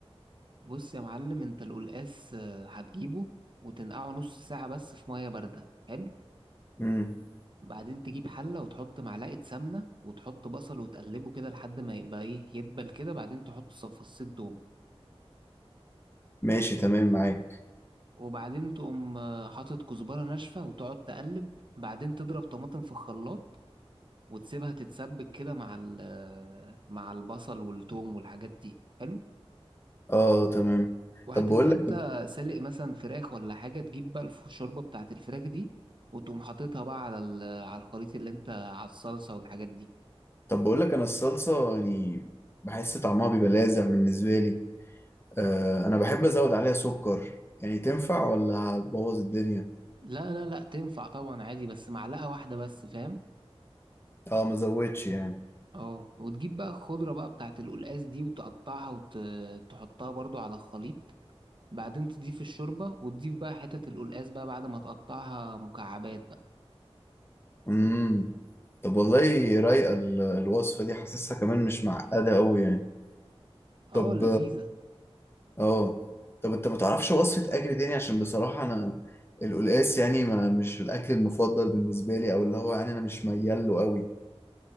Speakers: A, on the right; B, on the left.
A: بص يا معلم انت القلقاس آه، هتجيبه وتنقعه نص ساعة بس في مية باردة حلو
B: امم
A: بعدين تجيب حلة وتحط معلقة سمنة وتحط بصل وتقلبه كده لحد ما يبقى ايه يدبل كده بعدين تحط صف- فصين توم
B: ماشي تمام معاك
A: وبعدين تقوم آه، حاطط كزبرة ناشفة وتقعد تقلب بعدين تضرب طماطم في الخلاط وتسيبها تتسبك كده مع ال- مع البصل والثوم والحاجات دي حلو
B: أه تمام
A: وهتبقى
B: طب بقول لك
A: انت سالق مثلا فراخ ولا حاجة تجيب بقى الف- الشوربة بتاعت الفراخ دي وتقوم حاططها بقى على ال- على الخليط اللي انت على الصلصة والحاجات دي
B: طب بقول لك انا الصلصه يعني بحس طعمها بيبقى لاذع بالنسبه لي آه انا بحب ازود عليها سكر يعني تنفع ولا هتبوظ الدنيا
A: لا لا لا تنفع طبعا عادي بس معلقة واحدة بس فاهم
B: اه ما زودش يعني
A: اه وتجيب بقى الخضرة بقى بتاعت القلقاس دي وتقطعها وتحطها برضو على الخليط بعدين تضيف الشوربة وتضيف بقى حتة القلقاس بقى بعد ما تقطعها مكعبات بقى
B: امم طب والله رايقه ال- الوصفه دي حاسسها كمان مش معقده قوي يعني
A: اه
B: طب
A: لذيذة
B: اه طب انت ما تعرفش وصفه اكل تاني عشان بصراحه انا القلقاس يعني ما مش الاكل المفضل بالنسبه لي او اللي هو يعني انا مش ميال له قوي